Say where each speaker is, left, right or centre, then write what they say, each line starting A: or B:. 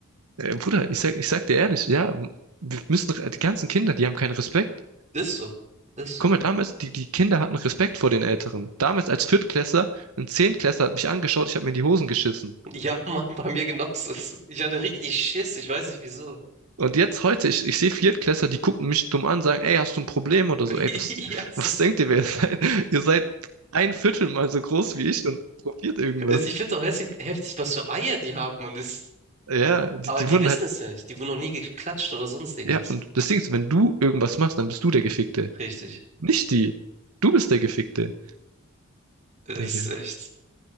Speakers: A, on the right; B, on the right.
A: Äh, Bruder, ich sag, ich sag dir ehrlich, ja, wir müssen, die ganzen Kinder, die haben keinen Respekt.
B: Das ist so. Das ist so.
A: Guck mal, damals, die, die Kinder hatten Respekt vor den Älteren. Damals als Viertklässler, ein Zehntklässler hat mich angeschaut, ich habe mir in die Hosen geschissen.
B: Ja, Mann, bei mir genauso. Es ist- Ich hatte richtig Schiss, ich weiß nicht wieso.
A: Und jetzt heute, ich, ich sehe Viertklässler, die gucken mich dumm an, sagen, ey, hast du ein Problem oder
B: <laughs>
A: so? Ey, was,
B: Ja, es
A: was
B: ist.
A: denkt ihr, wer ihr seid? <laughs> Ihr seid ein Viertel mal so groß wie ich und probiert irgendwas.
B: Also Ich finde es auch hässlich, heftig, was für Eier die haben. Und ist,
A: Ja, die,
B: aber
A: die
B: die
A: wurden
B: wissen
A: halt
B: es ja nicht. Die wurden noch nie geklatscht oder sonst irgendwas.
A: Ja, und das Ding ist, wenn du irgendwas machst, dann bist du der Gefickte.
B: Richtig.
A: Nicht die. Du bist der Gefickte.
B: Das
A: Digga.
B: ist echt.